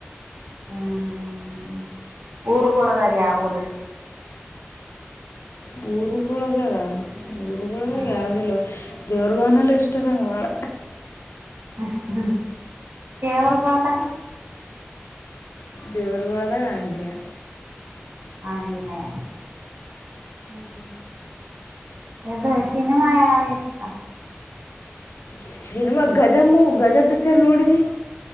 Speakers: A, on the right; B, on the left.
A: ಹ್ಮ್ ಹ್ಮ್ ಹ್ಮ್ ಹ್ಮ್ <unintelligible> ಊರ್ಗೊಳದಾಗ್ಯಾ ಊರ
B: ಪುರು ಕಳದಾಗ ಊರುಗಳಾಗ
A: ಹ್ಮ್
B: ಯಾವ್ದ ಇಲ್ವ <unintelligible> ದೇವ್ರಗೋನಲ್ಲ ಇಷ್ಟ ನಂಗಗೆ ಭಾಳ
A: ಹ್ಮ ಹ್ಮ್ ದೇವ್ರ ಬರಟಾಗ <unintelligible>
B: ದೀರ್ಘಲದ ಕಂಜಿನಯ
A: ಹಜನೇ <unintelligible> ಹ್ಮ್ ಹ್ಮ್ ಇದು ಸಿನಿಮಾ ಯಾವುದು ಇಷ್ಟ
B: ಸಿನಿಮಾಗ ಗಜಾಮ ಗಜ ಪಿಕ್ಚರ್ ನೋಡಿದಿ